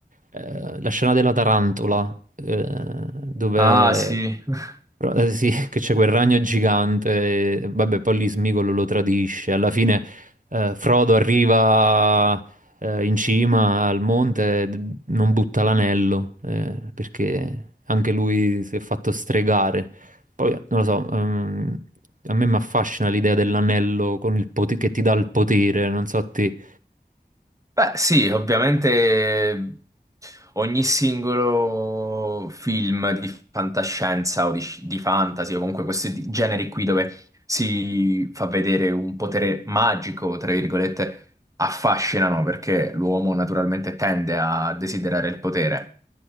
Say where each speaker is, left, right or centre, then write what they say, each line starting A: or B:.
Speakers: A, on the right; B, on the right.
A: eh, la scena della tarantola, eh, dove
B: Ah, sì. <laughs>
A: eh, sì, <laughs> che c'è quel ragno gigante, e, vabbè, poi lì Smigolo lo tradisce. Alla fine eh, Frodo arriva eh, in cima al monte, e d- non butta l'anello, eh, perché anche lui si è fatto stregare. Poi, non lo so, ehm, a me mi affascina l'idea dell'anello con il pote- che ti dà il potere, non so a te.
B: Beh, sì, ovviamente ogni singolo film di fantascienza o di, sci- di fantasy o comunque questi di- generi qui dove si fa vedere un potere magico, tra virgolette, affascinano perché l'uomo naturalmente tende a desiderare il potere.